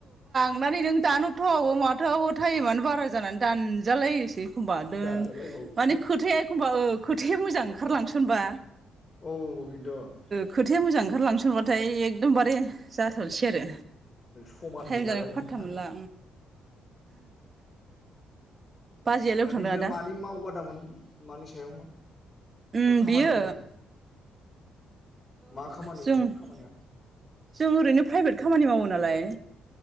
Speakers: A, on the right (about 40°); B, on the left (about 30°).
A: माने नों दानजाथावाबो माथावाबो एखमबा दोन
B: दानजालायबावो
A: माने खोथाया एखमबा खोथाया मोजां ओंखारलांसनबा
B: औ औ बेनोथ'
A: खोथाया मोजां ओंखारलांसन सनबाथाय एकदमबारे जाथारसै आरो
B: समान
A: टाइम
B: नेलालायोमोन
A: जानायखौ फाथ्था मोनला
B: आरो
A: बाजैयालाय
B: दा
A: अबाव थांदों
B: बिनिफ्राय
A: आदा?
B: मानि मावबादामोन मानि सायावमोन
A: उ
B: खामानि
A: बियो
B: मावनाय मा खामानि
A: जों
B: मोन बे खामानिया
A: ओरैनो प्राइभेट खामानि मावो नालाय।